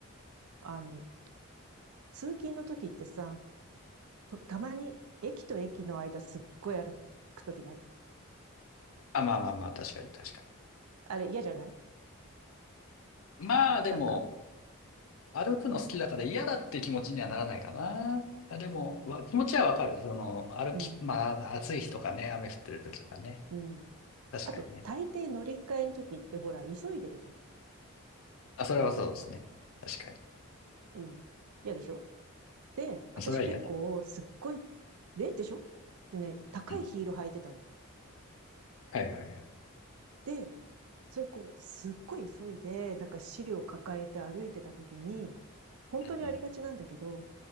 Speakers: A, on the right; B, on the left.
A: あの、通勤の時ってさ、とたまに駅と駅の間すっごい歩く時ない
B: あ、まあまあまあ、確かに確か
A: あれ嫌じゃない
B: に。まあでも、
A: なんか、
B: 歩くの好きだから嫌だって気持ちにはならないかな。いやでも、わ気持ちはわかる。その、歩き、
A: うん、
B: まあ、暑い日とかね、雨降ってる時とかね。
A: うん。
B: 確かにね。
A: あと、大抵乗り換えの時ってほら、急いでるじゃん。
B: あ、それはそうですね。確かに。
A: うん。嫌でしょで、
B: あそれは嫌だ。
A: 私結構すっごい、で、でしょでね、高いヒール履いてたの。
B: うん。はいはいはい。
A: で、それこう、すっごい急いで、だから資料抱えて歩いてた時に、本当にありがちなんだけど、
B: うんうん。